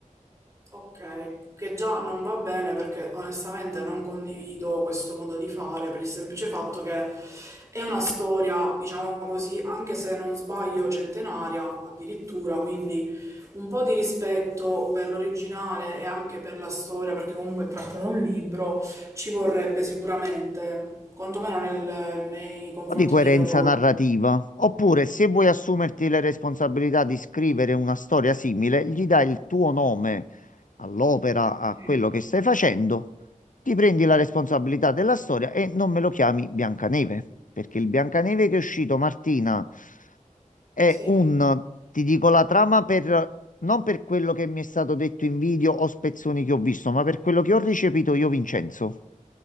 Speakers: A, on the right (about 20°); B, on the left (about 75°).
A: Ok, che già non va bene perché onestamente non condivido questo modo di fare per il semplice fatto che è una storia, diciamo così, anche se non sbaglio, centenaria addirittura, quindi un po' di rispetto per l'originale e anche per la storia, perché comunque è tratta da un libro, ci vorrebbe sicuramente, quantomeno nel- nei confronti
B: po' di coerenza
A: degli autori.
B: narrativa. Oppure, se vuoi assumerti le responsabilità di scrivere una storia simile, gli dai il tuo nome all'opera, a
A: Sì,
B: quello che stai facendo, ti prendi la responsabilità della storia e non me lo chiami Biancaneve, perché il Biancaneve che è uscito, Martina, è
A: sì.
B: un, ti dico la trama per... Non per quello che mi è stato detto in video o spezzoni che ho visto, ma per quello che ho ricepito io, Vincenzo.